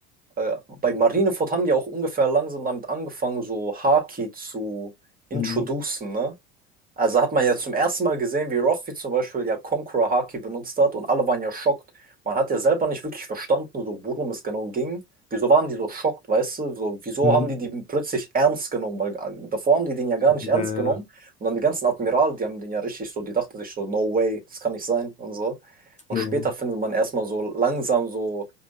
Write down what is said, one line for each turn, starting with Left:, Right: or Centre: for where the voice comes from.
Right: Äh, bei Marineford haben die auch ungefähr langsam damit angefangen, so Haki zu introducen,
Left: Mhm.
Right: ne? Also hat man ja zum ersten Mal gesehen, wie Ruffy zum Beispiel ja Conqueror Haki benutzt hat und alle waren ja schockt. Man hat ja selber nicht wirklich verstanden, so worum es genau ging. Wieso waren die so schockt, weißt du? So, wieso
Left: Mhm.
Right: haben die die plötzlich ernst genommen? Weil äh, davor haben die den ja gar
Left: Der,
Right: nicht ernst genommen. Und dann die ganzen Admirale, die haben den ja richtig so, die dachten sich so, no way, das kann nicht sein und so. Und
Left: Ja,
Right: später findet man erstmal so langsam so